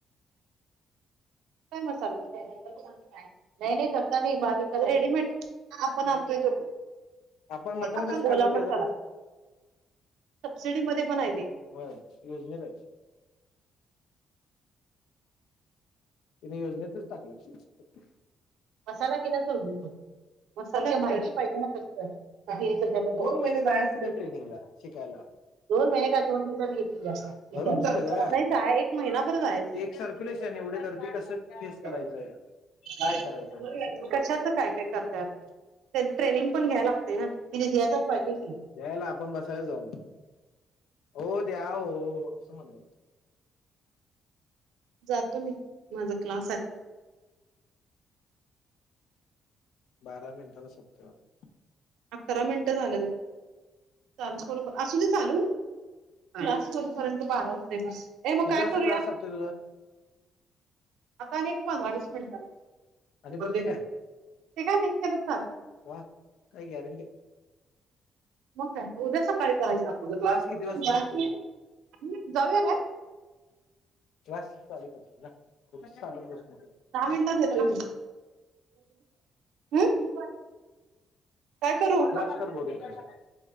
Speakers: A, on the right; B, on the left.
A: ते मसाला. नाही नाही तस नाही बारीक करायच, रेडीमेड, आपण आणतोय तो.
B: आपण मटण
A: आपन
B: कसं खाल्ल
A: ओला
B: त्याचा
A: मसाला, सबसिडी मध्ये पण आहे ते.
B: होय, योजनेत हाय. तिने योजनेतच टाकल्यात सोड.
A: मसाला केल्यात दोघींनी पण. मसाला माहिती पाहिजे ना कशाचा आहे, का तिनी कशाचा करतात.
B: दोन महिने जायाच तिथं ट्रेनिंगला शिकायला
A: <unintelligible> दोन महिने काय दोन दिवसात घेतली
B: धरून चाल ग
A: <unintelligible> नाही जा एक महिना भर जाया
B: एक सर्क्युलेशन एवढी गर्दी कसं फेस करायचंय
A: <unintelligible> काय?
B: करायचं कसं करायचं
A: कशाच काय काय करताय आता. ट्रनिंग पण घ्यायला लागतय ना, <unintelligible> दे की.
B: त्यावेळेला आपण बसायच जाऊन, हो द्या हो अस म्हणायचं.
A: जातो मी, माझा क्लास हाय.
B: बारा मिनिटाला सपत वाटत.
A: अकरा मिनिट झाल्यात ब, चालू करू का असू दे चालू, क्लास करून तोपर्यंत बारा होते म,
B: वाटतं
A: ये मग
B: किती
A: काय
B: वाजता
A: करूया?
B: क्लास सपतोय तुझा
A: आता अनेक पंधरा वीस मिनिट,
B: आणि
A: <unintelligible>
B: परत एक आहे
A: ते काय नाही केलं चाल
B: वा! काय गॅरेंटी?
A: मग काय उद्या सकाळी करायच आपण, तुझा क्लास कितीला
B: किती वाजता सपतोय
A: <unintelligible> हम जाऊया काय?
B: क्लास चालू कर जा, पुढच सांगत बसू नको,
A: दहा मिनिटात येतो
B: कशाला?
A: मी हं?
B: <unintelligible>
A: काय करू
B: क्लास
A: किती
B: कर बघूया
A: वाजता?
B: काय होतय.